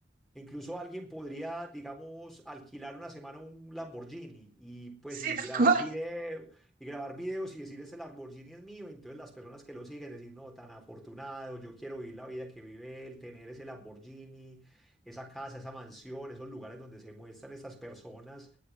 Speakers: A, in the centre; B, on the right.
A: Incluso alguien podría, digamos, alquilar una semana un Lamborghini y pues
B: Sí,
A: y grabar
B: tal cual.
A: video, y grabar videos y decir ese Lamborghini es mío. Y entonces las personas que lo siguen decir, no, tan afortunado, yo quiero vivir la vida que vive él, tener ese Lamborghini, esa casa, esa mansión, esos lugares donde se muestran esas personas,